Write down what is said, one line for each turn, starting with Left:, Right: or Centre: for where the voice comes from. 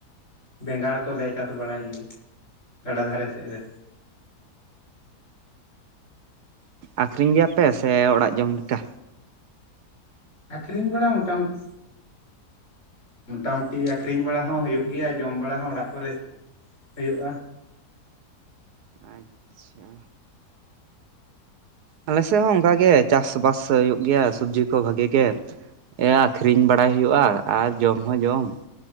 Left: ᱵᱮᱸᱜᱟᱲ ᱠᱚᱞᱮ ᱪᱟᱥ ᱵᱟᱲᱟᱭ ᱜᱮᱭᱟ᱾ ᱜᱟᱰᱟ ᱫᱷᱟᱨᱮ ᱥᱮᱫ ᱨᱮ᱾
Right: ᱟᱹᱠᱷᱚᱨᱤᱧ ᱜᱮᱭᱟᱯᱮ ᱥᱮ ᱚᱲᱟᱜ ᱡᱚᱢ ᱞᱮᱠᱟ?
Left: ᱟᱹᱠᱷᱨᱤᱧ ᱵᱟᱲᱟ ᱢᱚᱴᱟ-ᱢᱩᱴᱤ ᱢᱚᱴᱟ ᱢᱩᱴᱤ ᱟᱹᱠᱷᱚᱨᱤᱧ ᱵᱟᱲᱟ ᱦᱚᱸ ᱦᱩᱭᱩᱜ ᱜᱮᱭᱟ᱾ ᱡᱚᱢ ᱵᱟᱲᱟ ᱦᱚᱸ ᱚᱲᱟᱜ ᱠᱚᱨᱮ ᱦᱩᱭᱩᱜᱼᱟ᱾
Right: ᱟᱪᱪᱷᱟ᱾ ᱟᱞᱮ ᱥᱮᱫ ᱦᱚᱸ ᱚᱱᱠᱟ ᱜᱮ ᱪᱟᱥ-ᱵᱟᱥ ᱦᱩᱭᱩᱜ ᱜᱮᱭᱟ᱾ ᱥᱚᱵᱽᱡᱤ ᱠᱚ ᱵᱷᱟᱹᱜᱤ ᱜᱮ᱾ ᱮᱸ ᱟᱹᱠᱷᱨᱤᱧ ᱵᱟᱲᱟᱭ ᱦᱩᱭᱩᱜᱼᱟ ᱟᱨ ᱡᱚᱢ ᱦᱚᱸ ᱡᱚᱢ᱾